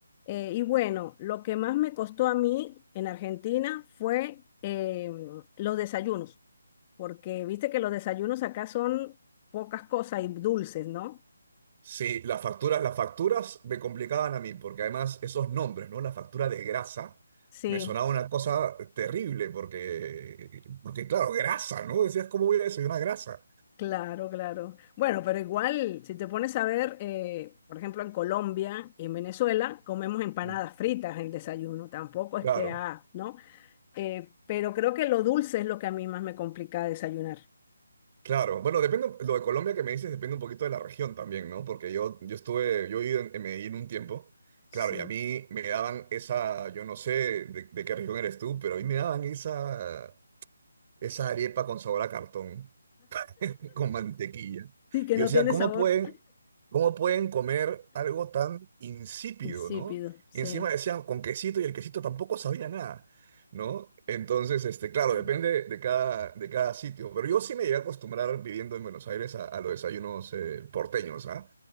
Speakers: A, on the left (about 25°); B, on the right (about 35°).
A: Eh, y bueno, lo que más me costó a mí en Argentina fue eh, los desayunos, porque viste que los desayunos acá son pocas cosas y dulces, ¿no?
B: Sí, las facturas, las facturas me complicaban a mí, porque además esos nombres, ¿no? La factura de grasa
A: Sí,
B: me sonaba una cosa terrible, porque, porque claro, grasa, ¿no? Decías, ¿cómo voy a desayunar grasa?
A: claro, claro. Bueno, pero igual, si te pones a ver, eh, por ejemplo, en Colombia y en Venezuela, comemos empanadas
B: Mm,
A: fritas en el desayuno, tampoco es
B: Claro,
A: que, ah, ¿no? Eh, pero creo que lo dulce es lo que a mí más me complica desayunar.
B: claro. Bueno, depende, lo de Colombia que me dices depende un poquito de la región también, ¿no? Porque yo, yo estuve, yo viví en, en Medellín un tiempo,
A: Sí.
B: claro, y a mí me daban esa, yo no sé de, de qué región eres tú, pero a mí me daban esa, esa arepa con sabor a cartón. con mantequilla.
A: Sí, que
B: Y
A: no
B: yo decía,
A: tiene
B: ¿cómo
A: sabor.
B: pueden, cómo pueden comer algo tan insípido,
A: Insípido,
B: ¿no?
A: sí.
B: Y encima decían con quesito y el quesito tampoco sabía nada, ¿no? Entonces, este, claro,
A: Sí.
B: depende de cada, de cada sitio. Pero yo sí me llegué a acostumbrar viviendo en Buenos Aires a, a los desayunos eh, porteños, ¿ah?